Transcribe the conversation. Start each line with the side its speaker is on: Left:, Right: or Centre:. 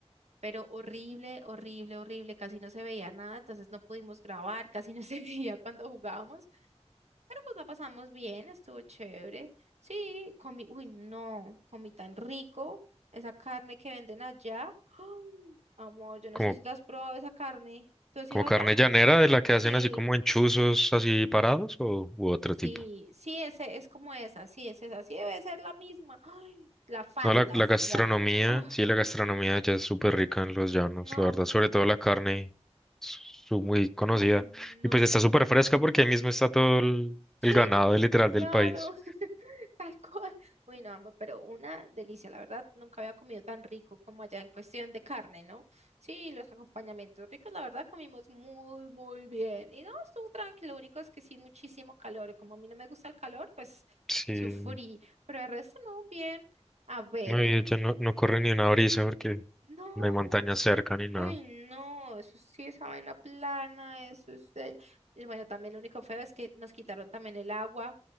Right: pero horrible, horrible, horrible, casi no se veía nada, entonces no pudimos grabar, <laughs> casi no se <laughs> veía cuando jugábamos, pero pues la pasamos bien, estuvo chévere. Sí, comí, uy, no, comí tan rico esa carne que venden allá. ¡Ay! amor, yo no
Centre: Como
Right: sé si tú has probado esa carne. ¿Tú has
Centre: como
Right: ido allá?
Centre: carne llanera de la que hacen
Right: Sí.
Centre: así como enchuzos así parados o u otro
Right: Sí,
Centre: tipo.
Right: sí, ese es como esa, sí, es esa, sí debe ser la misma. ¡Ay! la falda
Centre: No, la, la
Right: se
Centre: gastronomía,
Right: llama. Ah,
Centre: sí, la gastronomía ya es súper rica en los llanos,
Right: no,
Centre: la verdad, sobre todo la carne, su, muy conocida.
Right: uy, no.
Centre: Y pues está súper fresca porque ahí mismo está todo el,
Right: Sí,
Centre: el ganado literal
Right: claro.
Centre: del país.
Right: <laughs> <laughs> Tal cual. Uy, no, amor, pero una delicia. La verdad, nunca había comido tan rico como allá en cuestión de carne, ¿no? Sí, los acompañamientos ricos, la verdad, comimos muy, muy bien. Y no, estuvo tranquilo. Lo único es que sí, muchísimo calor. Y como a mí no me gusta el calor, pues
Centre: Sí,
Right: sufrí. Pero el resto, no, bien. A ver,
Centre: no,
Right: bueno,
Centre: y ya no, no corre ni una brisa porque
Right: no.
Centre: no hay montaña cerca ni nada.
Right: Uy, no, eso sí, esa vaina plana, eso es del... y Bueno, también lo único feo es que nos quitaron también el agua